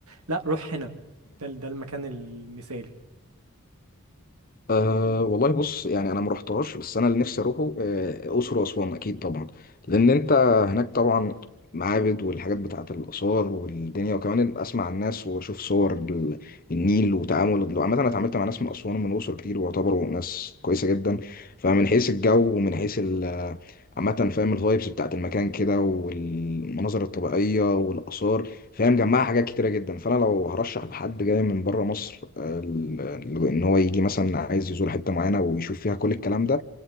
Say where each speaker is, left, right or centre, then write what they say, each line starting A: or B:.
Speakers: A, on the right (about 80°); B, on the left (about 40°).
A: لا روح هنا ده ال- ده المكان المثالي
B: أه والله بص يعني انا ما رحتهاش بس انا اللي نفسي اروحه آه، اقصر واسوان اكيد طبعا لان انت هناك طبعا معابد والحاجات بتاعه الاثار والدنيا وكمان اسمع الناس واشوف صور ال- النيل وتعامل عامه انا اتعاملت مع ناس من اسوان ومن الاقصر كتير واعتبروا ناس كويسه جدا فمن حيث الجو ومن حيث ال- عامة فاهم الفايبس بتاعت المكان كده والمناظر الطبيعية والآثار فاهم جمعها حاجات كتيرة جدا فأنا لو هرشح لحد جاي من بره مصر ال- ال- ان هو يجي مثلا عايز يزور حته معينه ويشوف فيها كل الكلام ده